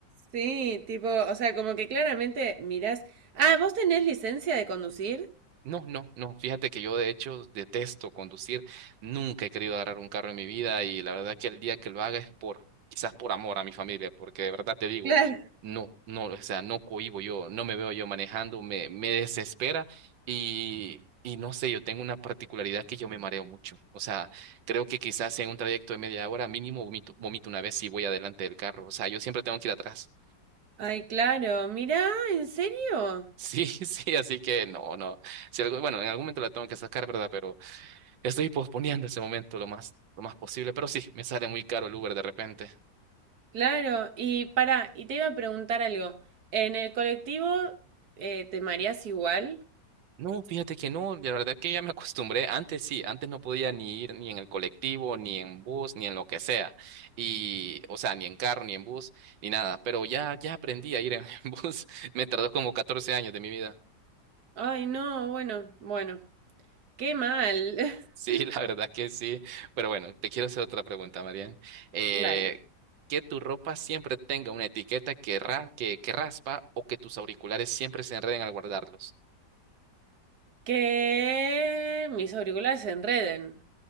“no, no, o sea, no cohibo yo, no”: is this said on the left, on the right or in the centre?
Right